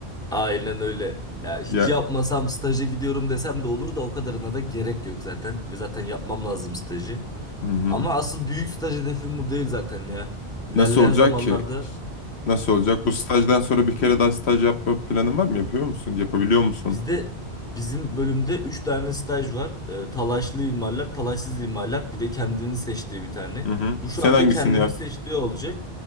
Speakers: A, on the left; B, in the centre.
A: <laughs>
B: Aynen öyle. Ya hiç
A: Ya
B: yapmasam staja gidiyorum desem de olur da o kadarına da gerek yok zaten. Ve zaten yapmam lazım stajı.
A: hı hı.
B: Ama asıl büyük staj hedefim bu değil zaten ya. İlerleyen
A: Nasıl olacak
B: zamanlarda
A: ki? İşte Nasıl olacak? Bu stajdan sonra bir kere daha staj yapma planın var mı? Yapıyor musun? Yapabiliyor musun?
B: bizde bizim bölümde 3 tane staj var. Ee, talaşlı imalat, talaşsız imalat, bir de kendini seçtiği bir tane.
A: Hı hı.
B: Bu
A: Sen
B: şu anda
A: hangisini
B: kendimi
A: yap?
B: seçtiği olacak.